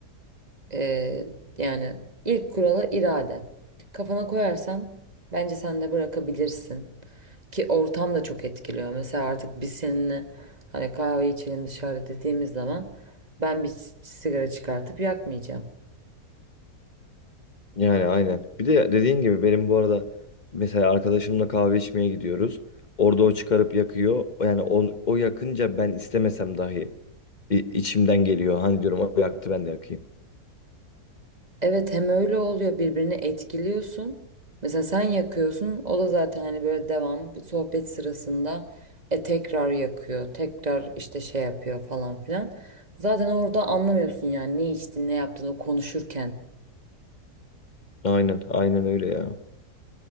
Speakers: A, on the right; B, on the left.
A: eee, yani ilk kuralı irade. Kafana koyarsan bence sen de bırakabilirsin. Ki ortam da çok etkiliyor. Mesela artık biz seninle hani kahve içelim dışarıda dediğimiz zaman ben bir s- sigara çıkartıp yakmayacağım.
B: Yani aynen. Bir de dediğin gibi benim bu arada mesela arkadaşımla kahve içmeye gidiyoruz. Orada o çıkarıp yakıyor. Yani o, o yakınca ben istemesem dahi i- içimden geliyor. Hani diyorum o yaktı ben de yakayım.
A: Evet hem öyle oluyor birbirini etkiliyorsun. Mesela sen yakıyorsun o da zaten hani böyle devam bu sohbet sırasında e tekrar yakıyor. Tekrar işte şey yapıyor falan filan. Zaten orada anlamıyorsun yani ne içtin ne yaptın o konuşurken.
B: Aynen aynen öyle ya.